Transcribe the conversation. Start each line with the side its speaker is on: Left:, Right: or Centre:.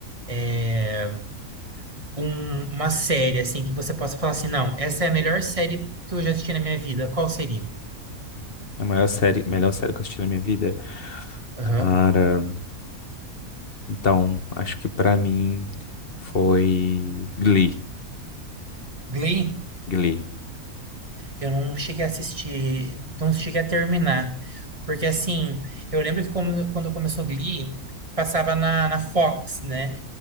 Right: eh, um- uma série, assim, que você possa falar assim, não, essa é a melhor série que eu já assisti na minha vida, qual seria?
Left: É a maior série, melhor série que eu assisti na minha vida.
Right: Aham.
Left: Cara, então, acho que pra mim foi Glee.
Right: Glee?
Left: Glee.
Right: Eu não cheguei a assistir, não cheguei a terminar. Porque, assim, eu lembro que como- quando começou Glee, passava na, na Fox, né?